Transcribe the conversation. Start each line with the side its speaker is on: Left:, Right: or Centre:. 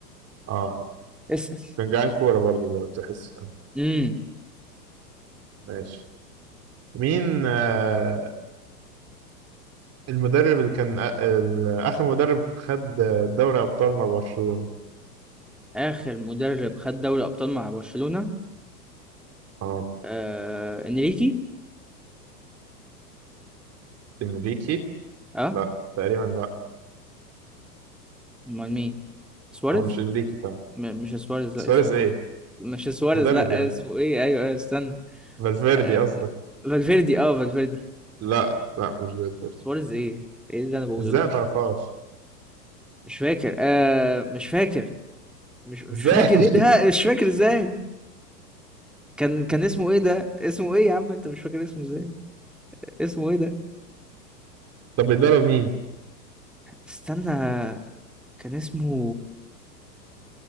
Right: اه
Centre: اسأل
Right: كان جعان كورة برضه لو تحس
Centre: امم
Right: ماشي مين آه المدرب اللي كان آ- ال- آخر مدرب خد آه، دوري أبطال مع برشلونة
Centre: آخر مدرب خد دوري أبطال مع برشلونة
Right: اه
Centre: آه انريكي
Right: إنريكي
Centre: اه
Right: لا تقريبا لا
Centre: امال مين سواريز
Right: هو مش إنريكي فعلا
Centre: م- مش سواريز
Right: سواريز
Centre: لا اسمه
Right: إيه
Centre: مش سواريز
Right: مدرب
Centre: لا
Right: يعني
Centre: اسمه ايه ايوه ايوه استنى
Right: فالفيردي
Centre: آه
Right: قصدك
Centre: فالفيردي اه فالفيردي
Right: لا لا مش فالفيردي
Centre: سواريز ايه ايه اللي انا بقوله
Right: إزاي
Centre: ده
Right: ما تعرفهاش
Centre: مش فاكر آه مش فاكر مش مش
Right: إزاي
Centre: فاكر
Right: <laughs>
Centre: ايه ده مش فاكر ازاي كان كان اسمه ايه ده اسمه ايه يا عم انت مش فاكر اسمه ازاي اسمه ايه ده
Right: طب بيدرب مين
Centre: استنى كان اسمه